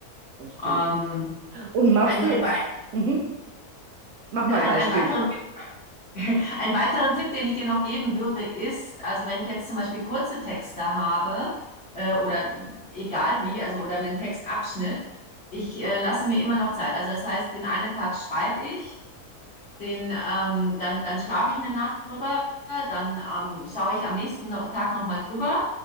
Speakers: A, on the right; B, on the left.
A: Verstehe.
B: Ähm,
A: Und machst
B: ein,
A: du,
B: ein,
A: mhm. Mach mal
B: ein,
A: ein Beispiel.
B: einen weiteren <laughs> Einen weiteren Tipp, den ich dir noch geben würde, ist, also wenn ich jetzt zum Beispiel kurze Texte habe äh, oder egal wie, also oder einen Textabschnitt, ich äh, lasse mir immer noch Zeit. Also das heißt, den einen Tag schreibe ich den, ähm, dann, dann schlafe ich eine Nacht drüber, dann ähm, schaue ich am nächsten no Tag nochmal drüber,